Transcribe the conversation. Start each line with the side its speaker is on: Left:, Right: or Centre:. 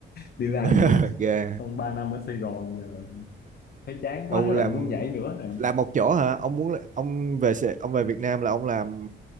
Left: đi làm
Right: <laughs>
Left: ở-
Right: ok.
Left: xong 3 năm ở Sài Gòn giờ thấy chán
Right: Ông
Left: quá lại
Right: làm
Left: muốn nhảy nữa nè
Right: làm một chỗ hả? Ông muốn là- ông về Sài- ông về Việt Nam là ông làm